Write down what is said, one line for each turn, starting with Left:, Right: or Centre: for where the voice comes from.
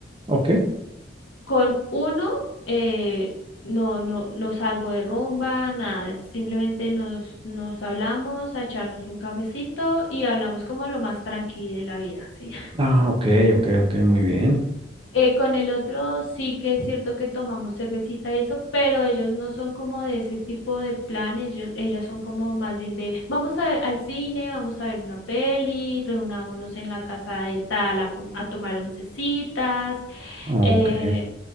Right: ok.
Left: Con uno eh, no, no, no salgo de rumba, nada, simplemente nos, nos hablamos a echarnos un cafecito y hablamos como lo más tranquilo de la vida, ¿sí?
Right: Ah, ok, ok, ok, muy bien.
Left: Eh, con el otro sí que es cierto que tomamos cervecita y eso, pero ellos no son como de ese tipo de plan, ellos, ellas son como más bien de vamos a ver al cine, vamos a ver una peli, reunámonos en la casa de tal a, com- a tomar oncecitas,
Right: Ok.
Left: eh,